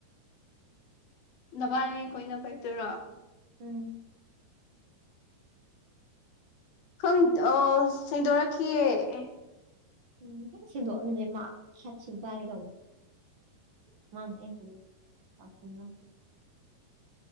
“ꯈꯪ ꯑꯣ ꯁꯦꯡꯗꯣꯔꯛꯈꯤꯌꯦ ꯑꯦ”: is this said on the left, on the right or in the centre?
Left